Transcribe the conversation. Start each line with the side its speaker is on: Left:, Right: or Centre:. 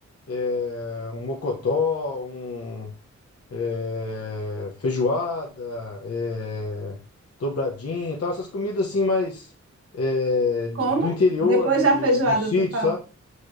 Left: É, um mocotó, um é, feijoada, é, dobradinha e tal, essas comidas assim mais é, do
Right: Como?
Left: do interior,
Right: Depois
Left: de,
Right: da
Left: de-
Right: feijoada,
Left: de- do sítio,
Right: tu fala.
Left: sabe?